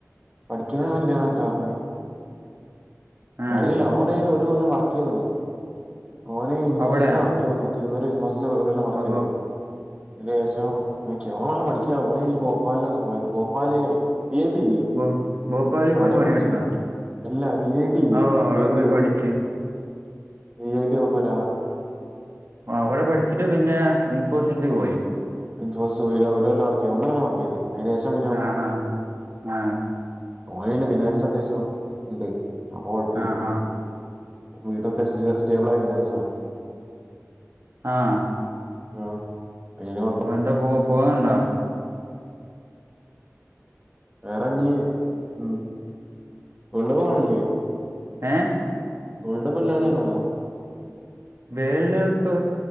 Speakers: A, on the right (about 20°); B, on the right (about 55°).
A: <unintelligible> പറഞ്ഞേ
B: ആ
A: അറിയില്ല ഓന അയിന് ഒരു കൊല്ലം വർക്ക് ചെയ്തിന് ഓന് ഇൻഫോസിസ്
B: അവിടെയാ
A: വർക്ക് ചെയ്തിന് തിരൂരിൽ ബോസ് ഓരോല്ലാം വർക്ക്‌
B: ഓ
A: ചെയ്തോ അതിന് ശേഷം മിക്കവ ഓൻ പഠിക്കാ ഓനി ഈ ഭോപ്പാലിലൊക്കെ പോയത ഭോപ്പാല് വി ഐ ടി ല്ലെ
B: ഭോ- ഭോപ്പാലിൽ
A: അവടെ
B: പോയി പണിയെടുത്താ
A: പഠിച്ചേ അല്ല V I T V I
B: ഓ അവിടെ പോയി
A: ടി
B: പഠിച്ച്
A: വി ഐ ടി ഓപാല
B: അവിടെ പഠിച്ചിട്ട് പിന്നെ ഇൻഫോസിസിൽ പോയി
A: ഇൻഫോസിസ് വരൊ ഓരോല്ലാം വർക്ക്‌ ചെയ്തു ഒന്നര കൊല്ലം വർക് ചെയ്തു അയിന് ശേഷം <unintelligible>
B: ആ ഹാ ആ
A: ഓനെ അയ്ൻ ഫിനാൻഡ് അത്യാവശ്യം ഉണ്ട് അപ്പൊ കൊഴപ്പില്ല
B: ആ ഹാ
A: വീടെ അത്യാവശ്യം സ്റ്റേബിൾ ആയി വരാണ് സാർ
B: ആഹ്
A: ആഹ് അയിനോ
B: ഇപ്പന്റെ പോ പോകാൻ ണ്ടോ
A: വേറെഞ്ഞി ഉമ് വിളവ് വാണല്ലി
B: ഏഹ്
A: <unintelligible>
B: വേള്ട് കപ്പ്